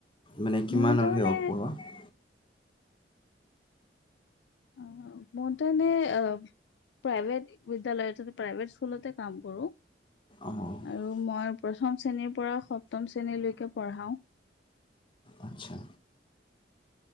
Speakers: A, on the left; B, on the left.
A: মানে কিমান
B: মইতো
A: আৰু
B: মানে
A: হে অফ পঢ়োৱা?
B: অ' মোৰ তেনে অ' প্ৰাইভেট বিদ্যালয়ত প্ৰাইভেট স্কুলতে কাম কৰোঁ।
A: অঁ
B: আৰু মই প্ৰথম শ্ৰেণীৰ পৰা সপ্তম শ্ৰেণীলৈকে পঢ়াওঁ।
A: আচ্ছা।